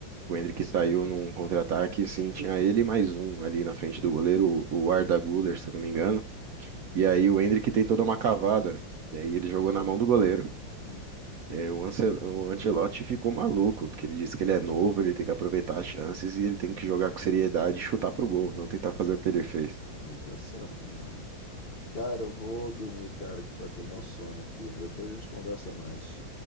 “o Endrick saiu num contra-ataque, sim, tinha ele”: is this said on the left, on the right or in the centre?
Right